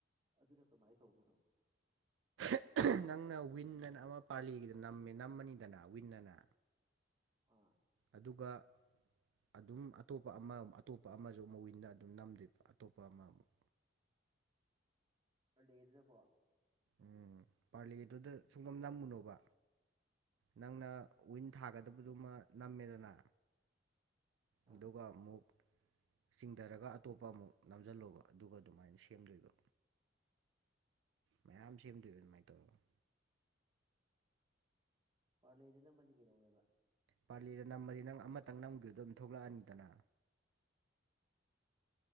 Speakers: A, on the right (about 25°); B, on the right (about 80°).
A: ꯑꯗꯨꯅ ꯀꯃꯥꯏ ꯇꯧꯕꯅꯣ
B: <inaudible> ꯅꯪꯅ ꯋꯤꯟ ꯑꯅ ꯑꯃ ꯄꯥꯜꯂꯤꯒꯤꯗ ꯅꯝꯃꯦ ꯅꯝꯃꯅꯤꯗꯅ ꯋꯤꯟꯅ ꯑꯅ
A: ꯑꯥ
B: ꯑꯗꯨꯒ ꯑꯗꯨꯝ ꯑꯇꯣꯞꯄ ꯑꯃ ꯑꯇꯣꯞꯄ ꯑꯃꯁꯨ ꯑꯃꯨꯛ ꯋꯤꯟꯗ ꯑꯗꯨꯝ ꯅꯝꯗꯨꯕ ꯑꯇꯣꯞꯄ ꯑꯃꯃꯨꯛ
A: ꯄꯥꯂꯦꯗꯨꯗꯀꯣ
B: ꯎꯝ ꯄꯥꯔꯂꯦꯗꯨꯗ ꯁꯨꯡꯅꯝ ꯅꯝꯃꯨꯅꯣꯕ ꯅꯪꯅ ꯋꯤꯟ ꯊꯥꯒꯗꯕꯗꯨꯃꯥ ꯅꯝꯃꯦꯗꯅ ꯑꯗꯨꯒ
A: ꯑꯥ
B: ꯑꯃꯨꯛ ꯆꯤꯡꯗꯔꯒ ꯑꯇꯣꯞꯄ ꯑꯃꯨꯛ ꯅꯝꯖꯜꯂꯣꯕ ꯑꯗꯨꯒ ꯑꯗꯨꯃꯥꯏꯅ ꯁꯦꯝꯗꯨꯕ ꯃꯌꯥꯝ ꯁꯦꯝꯗꯨꯕ ꯑꯗꯨꯃꯥꯏ ꯇꯧꯔꯒ
A: ꯄꯥꯔꯂꯦꯗ ꯅꯝꯃꯗꯤ ꯀꯩꯗꯧꯋꯦꯕ
B: ꯄꯥꯔꯂꯦꯗ ꯅꯝꯃꯗꯤ ꯅꯪ ꯑꯃꯇꯪ ꯅꯝꯈꯤꯕꯈꯤꯕꯗꯣ ꯑꯗꯨꯝ ꯊꯣꯛꯂꯛꯑꯅꯤꯗꯅ